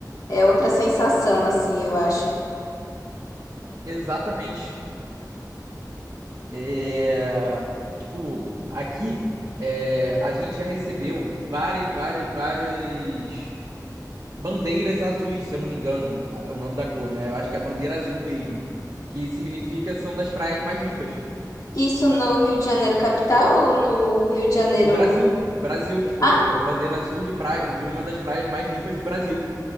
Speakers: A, on the left (about 55°); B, on the right (about 45°).
A: É outra sensação, assim, eu acho.
B: Exatamente. É, tipo, aqui é, a gente já recebeu várias, várias, várias bandeiras azuis, se eu não me engano, a- o nome da cor, né? Eu acho que é a bandeira azul mesmo, que significa são das praias mais limpas.
A: Isso no
B: Em-
A: Rio de Janeiro capital ou no Rio de Janeiro?
B: No Brasil, Brasil, tipo,
A: Ah,
B: a bandeira azul de praia, de uma das praias mais limpas do Brasil,